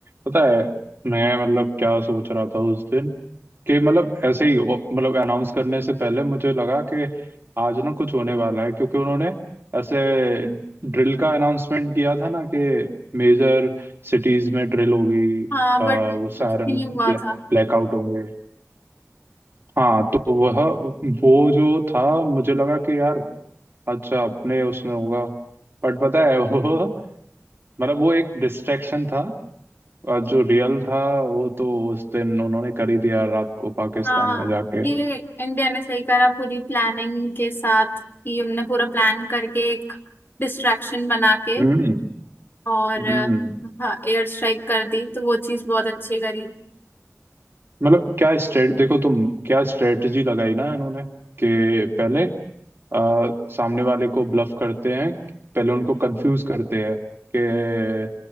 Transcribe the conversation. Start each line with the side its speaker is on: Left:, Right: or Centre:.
Right: पता है मैं मतलब क्या सोच रहा था उस दिन कि मतलब ऐसे ही ओ- मतलब अनाउंस करने से पहले मुझे लगा कि आज ना कुछ होने वाला है क्योंकि उन्होंने ऐसे ड्रिल का अनाउंसमेंट किया था ना कि मेजर सिटीज में ड्रिल होगी
Left: हाँ
Right: अ, वो
Left: बट कुछ
Right: सायरन
Left: भी नहीं
Right: ब्लै,
Left: हुआ था
Right: ब्लैकआउट होंगे हाँ तो वह वो जो था मुझे लगा कि यार अच्छा अपने उसमें होगा बट पता है <laughs> वो मतलब वो एक डिस्ट्रैक्शन था आज जो रियल था वो तो उस दिन उन्होंने कर ही दिया रात को पाकिस्तान
Left: हाँ
Right: में जाके
Left: ये इंडिया ने सही करा पूरी प्लानिंग के साथ कि हमने पूरा प्लान करके एक डिस्ट्रैक्शन बना के
Right: हम्म
Left: और
Right: हम्म
Left: अ, हाँ एयर स्ट्राइक कर दी तो वो चीज बहुत अच्छी करी
Right: मतलब क्या स्ट्रेट देखो तुम क्या स्ट्रेटजी लगाई ना इन्होंने कि पहले आ, सामने वाले को ब्लफ करते हैं पहले उनको कंफ्यूज करते हैं कि